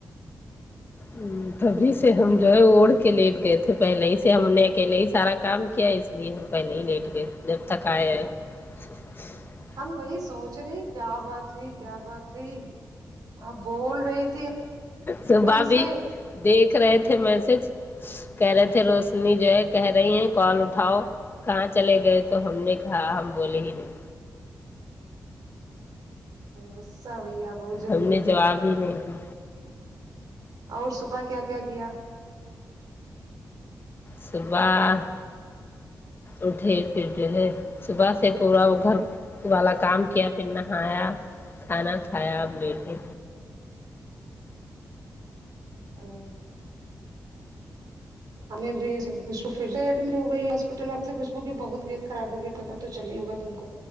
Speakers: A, on the left (about 35°); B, on the right (about 85°).
A: ہوں تبھی سے ہم جو ہے اوڑھ کے لیٹ گئے تھے پہلے ہی سے ہم نے اکیلے ہی سارا کام کیا اس اس لیے ہم پہلے ہی لیٹ گئے جب تک آئے ہیں <inaudible>
B: ہم وہی سوچ رہے ہیں کیا بات ہوئی کیا بات ہوئی آپ بول رہی تھی
A: س
B: ہم
A: بھابھی
B: سے
A: دیکھ کررہے تھے میسج کہہ رہے تھے روشنی جو ہے کہہ رہی ہیں کال اٹھاؤ کہاں چلے گئے تو ہم نے کہا ہم بولے ہی نہیں
B: غصہ بھیا بہت جلدی
A: ہم نے
B: ہو جاتی
A: جواب
B: ہے
A: ہی نہیں دی
B: اور صبح کیا کیا کیا
A: صبح اٹھے پھر جو ہے صبح سے پورا وہ گھر والا کام کیا پھر نہایا کھانا کھایا اب لیٹے
B: ہوں ہمیں بھی خوشبو پھر سے ایڈمٹ ہو گئی ہاسپٹل میں اب سے خوشبو کی بہت طبیعت خراب ہوگی پتا تو چلے ہو گا تم کو